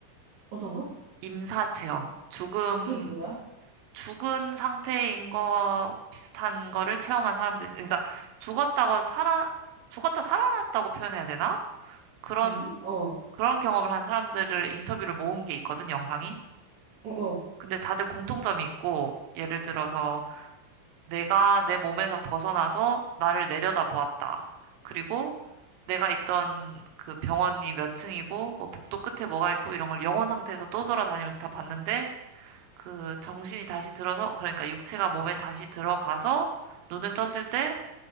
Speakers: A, on the right (about 45°); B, on the right (about 85°).
A: 어떤 거?
B: 임사 체험. 죽음,
A: 그게 뭐야?
B: 죽은 상태인 거 비슷한 거를 체험한 사람들. 그러니까 죽었다고 살아, 죽었다 살아났다고 표현해야 되나? 그런,
A: 에? 어,
B: 그런 경험을 한 사람들을 인터뷰를 모은 게 있거든, 영상이.
A: 어, 어.
B: 근데 다들 공통점이 있고, 예를 들어서 내가 내 몸에서 벗어나서 나를 내려다보았다. 그리고 내가 있던 그 병원이 몇 층이고 뭐 복도 끝에 뭐가 있고 이런 걸 영혼 상태에서 떠돌아다니면서 다 봤는데 그 정신이 다시 들어서 그러니까 육체가 몸에 다시 들어가서 눈을 떴을 때